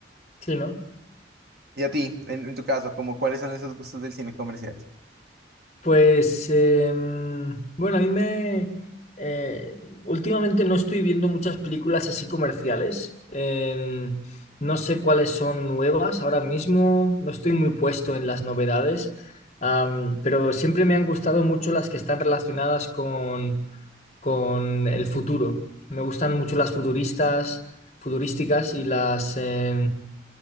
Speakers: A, on the left; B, on the right.
A: Sí, ¿no?
B: Y a ti, en, en tu caso, como cuáles son esos gustos del cine comercial.
A: Pues em, bueno, a mí me... eh, últimamente no estoy viendo muchas películas así comerciales. Em, no sé cuáles son nuevas ahora mismo. No estoy muy puesto en las novedades. Am, pero siempre me han gustado mucho las que están relacionadas con, con el futuro. Me gustan mucho las futuristas, futurísticas y las, eh,